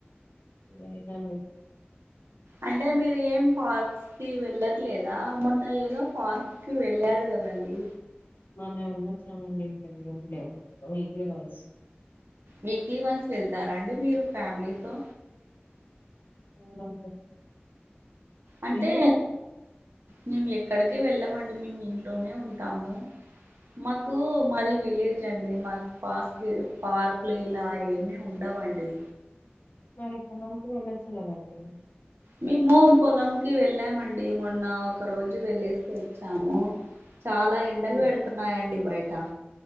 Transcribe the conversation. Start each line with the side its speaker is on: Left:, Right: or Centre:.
Left: లేదండి
Right: అంటే మీరు ఏం పార్క్స్ కి వెళ్ళట్లేదా మోన్నా ఏదో పార్క్కి వెళ్ళారు గదండి
Left: మొన్నా నే వెళ్ళచ్చామండి ఇంకా ఇన్నీ రోజులు వీక్లి వన్స్
Right: వీక్లీ వన్స్ వెళ్తారా అండి మీరు ఫ్యామిలీతో
Left: అవునండి
Right: అంటే
Left: మీరు
Right: మేము ఎక్కడికి వెళ్ళామండి మేము ఇంట్లోనే ఉంటాము మాకు మాది విలేజ్ అండి మా పాస్ పార్క్లు ఇలా ఏమి ఉండవండి
Left: మరి ఇప్పుడు పొలంకు వెళ్ళొచ్చు కదండి
Right: మేము పొలంకి వెళ్ళామండి మొన్న ఒక రోజు వెళ్ళేసి వచ్చాము చాలా ఎండలు
Left: ఏ-
Right: పెడుతున్నాయండి బయట